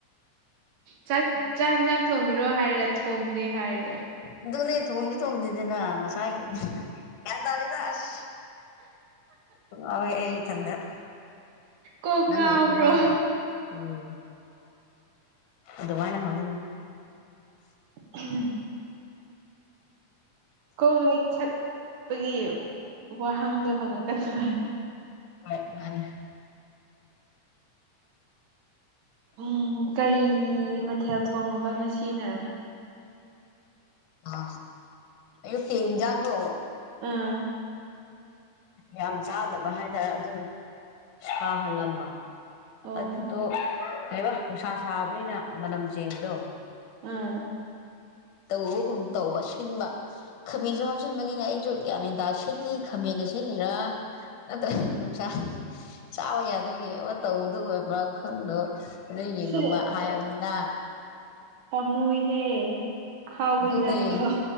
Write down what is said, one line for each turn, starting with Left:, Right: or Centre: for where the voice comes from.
Right: ꯆꯥꯛ ꯆꯥꯛ ꯌꯦꯟꯁꯥꯡ ꯊꯣꯡꯉꯤꯔꯣ ꯍꯥꯏꯔꯒ ꯊꯣꯡꯗꯦ ꯍꯥꯏꯔ
Left: ꯑꯗꯨꯅꯦ ꯊꯣꯡꯗꯤ ꯊꯣꯡꯗꯗꯦꯅꯪꯁꯗ ꯌꯥ ꯇꯗꯗꯁ ꯑꯣ ꯑꯩ ꯆꯗ
Right: ꯀꯣꯛ
Left: ꯅꯪ
Right: ꯉꯥꯎꯕ꯭ꯔꯣ
Left: ꯐꯍ ꯎꯝ ꯑꯗꯨꯃꯥꯏꯅ ꯍꯧꯒꯨꯅꯨ
Right: ꯎꯝ ꯀꯣꯝ ꯂꯩꯈꯠꯄꯒꯤ ꯋꯥꯍꯪꯗꯣ ꯍꯪꯉꯛꯀꯗꯣꯏ
Left: ꯍ ꯃꯥꯅꯤ
Right: ꯎꯝ ꯀꯔꯤ ꯃꯊꯦꯜ ꯊꯣꯡꯉꯕ ꯉꯁꯤꯅꯦ
Left: ꯑ ꯑ ꯄꯦꯟꯖꯥꯡꯒꯣ
Right: ꯑꯥ
Left: ꯌꯥꯝ ꯆꯥꯗꯕ ꯍꯥꯏꯇꯥꯔꯦ ꯑꯗꯨꯅ ꯁꯥꯍꯜꯂꯝꯕ
Right: ꯑꯣ
Left: ꯑꯗꯨꯗꯣ ꯀꯕ ꯅꯨꯡꯁꯥ ꯁꯥꯕꯅꯤꯅ ꯃꯅꯝ ꯆꯦꯟꯕꯗꯣ
Right: ꯑꯝ
Left: ꯇꯧꯕꯒꯨꯝ ꯇꯧꯕ ꯁꯤꯟꯕ ꯈꯥꯃꯦꯟꯁꯨ ꯍꯥꯞꯆꯤꯟꯕꯅꯤꯅ ꯑꯩꯁꯨ ꯀꯌꯥꯃꯦꯟꯇꯥ ꯁꯤꯦꯂꯤ ꯈꯥꯃꯟꯅ ꯁꯤꯦꯜꯂꯤꯔꯥ ꯅꯠꯇ꯭ꯔ ꯅꯨꯡꯁꯥ ꯆꯥꯕ ꯌꯥꯗꯣꯏꯒꯤ ꯃꯇꯧꯕꯗꯨ ꯑꯣꯏꯕ꯭ꯔꯥ ꯈꯟꯗꯣ ꯑꯗꯣ ꯌꯦꯡꯉꯕ
Right: ꯁꯤ
Left: ꯍꯥꯏꯅꯤꯅ
Right: ꯃꯨꯏꯍꯦ ꯍꯥꯎ
Left: ꯑꯗꯨꯅꯦ
Right: ꯄꯩꯖꯥꯡꯗ